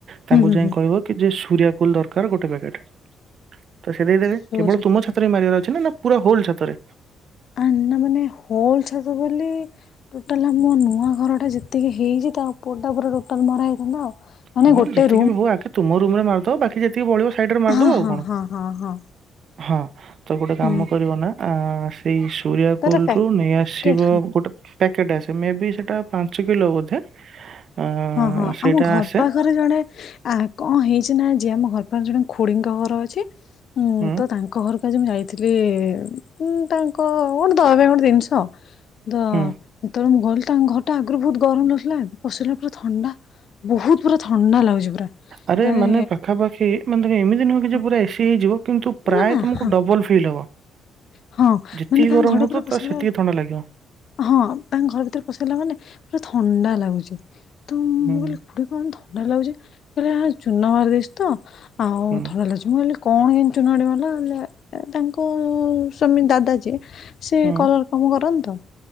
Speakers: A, on the right; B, on the left.
A: ତାଙ୍କୁ
B: ହୁଁ ହୁଁ
A: ଯାଇ
B: ହୁଁ
A: କହିବ କି ଯେ ସୂରିଆ କୁଲ୍ ଦରକାର ଗୋଟେ ପ୍ୟାକେଟ୍ ତ ସେ ଦେଇଦେବେ
B: ସରି
A: କେବଳ ତୁମ ଛାତରେ ମାରିବାର ଅଛି ନା ନା ପୁରା ହୋଲ୍ ଛାତରେ
B: ଆ ନା ମାନେ ହୋଲ୍ ଛାତ ବୋଲି ଟୋଟାଲ୍ ଆମ ନୂଆ ଘରଟା ଯେତିକି ହେଇଛି ତା ଉପରଟା ପୁରା ଟୋଟାଲ୍ ମରା ହେଇଥାନ୍ତା ଆଉ ମାନେ
A: ହଁ
B: ଗୋଟେ
A: ଯେତିକି
B: ରୁମ
A: ବି ହଉ ଆଗେ ତୁମ ରୁମରେ ମାରିଦବ ବାକି ଯେତିକି ପଳିବ ସାଇଡରେ ମାରିଦବ
B: ହଁ
A: ଆଉ
B: ହଁ
A: କଣ
B: ହଁ ହଁ ହଁ
A: ହଁ ତ ଗୋଟେ କାମ
B: ହୁଁ
A: କରିବ ନା ଆଁ ସେଇ ସୂରିଆ
B: ତାର
A: କୋଲ୍ ରୁୁ ନେଇଆସିବ
B: ପ୍ୟାକେଟ
A: ଗୋଟେ ପ୍ୟାକେଟ୍ ଆସେ ମେ ବି ସେଟା ପାଞ୍ଚ କିଲୋ ବୋଧେ ଆଁ
B: ହଁ ହଁ
A: ସେଇଟା
B: ଆମ ଘର
A: ଆସେ
B: ପାଖ ଖରେ ଜଣେ ଆ କଣ ହେଇଛି ନା ଆଜି ଆମ ଘର ପାଖ ଜଣେ ଖୁଡିଙ୍କ ଘର ଅଛି ମୁଁ
A: ହୁଁ
B: ତ ତାଙ୍କ ତାଙ୍କ ଘରକୁ ଆଜି ମୁଁ ଯାଇଥିଲି ଉଁ ତାଙ୍କ ଧରେ ଗୋଟେ ଜିନିଷ ଦ ଯେତେବେଳେ
A: ହୁଁ
B: ମୁଁ ଗଲି ତାଙ୍କ ଘରଟା ଆଗରୁ ବହୁତୁ ଗରମ ଲାଗୁଥିଲା ଏବେ ପଶିଲେ ପୁରା ଥଣ୍ଡା। ବହୁତୁ ପୁରା ଥଣ୍ଡା ଲାଗୁଚି ପୁରା
A: ଆରେ
B: ତାରେ
A: ମାନେ ପାଖାପାଖି ମାନେ ତ ଏମିତି ନୁହଁ କି
B: ହଁ
A: ଯେ ପୁରା ଏସି ହେଇଯିବ କିନ୍ତୁ ପ୍ରାୟ
B: ନା ନା
A: ତମକୁ
B: ହଁ
A: ଡବଲ ଫିଲ୍ ହବ।
B: ହଁ
A: ଯେତିକି
B: ମାନେ ତାଙ୍କ
A: ଗରମ
B: ଘରଟା
A: ହଉଥିବ
B: ପୁରା
A: ତ
B: ପଶି
A: ସେତିକି ଥଣ୍ଡା ଲାଗିବ।
B: ହଁ ତାଙ୍କ ଘର ଭିତରେ ପଶିଗଲା ମାନେ ପୁରା ଥଣ୍ଡା ଲାଗୁଚି ତ
A: ହୁଁ।
B: ଏଠି କଣ ଥଣ୍ଡା ଲାଗୁଚି କହିଲେ ଏ ଚୁନ ମାରି ଦେଇଚୁ ତ ଆଉ
A: ହୁଁ
B: ଥଣ୍ଡା ଲାଗୁଚି ମୁଁ କହିଲି କଣ ଇଏ ଚୁନ ଆଣି ମାରିଲ ଏ ତାଙ୍କ ସ୍ୱାମୀ ଦାଦା ଯିଏ ସେ
A: ହୁଁ
B: କଲର୍ କମ କରନ୍ତି ତ